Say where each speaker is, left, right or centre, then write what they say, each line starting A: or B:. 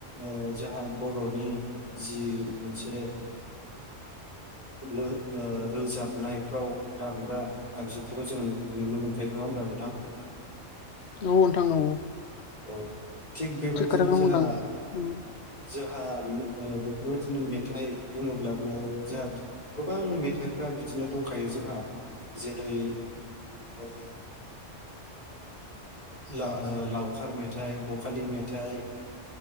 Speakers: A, on the left; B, on the left.
A: ओ जाहा बर'नि जि मोनसे ओ रोजाबनायफ्राव दामग्रा आगजुफोरखौ जों नुनो मोनखायो ।नङा होमब्ला नोंथां?
B: औ नोंथां औ
A: औ थिग बेबायदिनो
B: खोथाखौनो
A: जोहा-जोहा
B: बुंदों उम,
A: मे ओ बेफोर बायदिनो मेथाइ बुङोब्लाबो जोंहा गोबां मेथाइफ्रा बिदिनो दंखायो जोंहा जेरै ओ लावखार मेथाइ, बखालि मेथाइ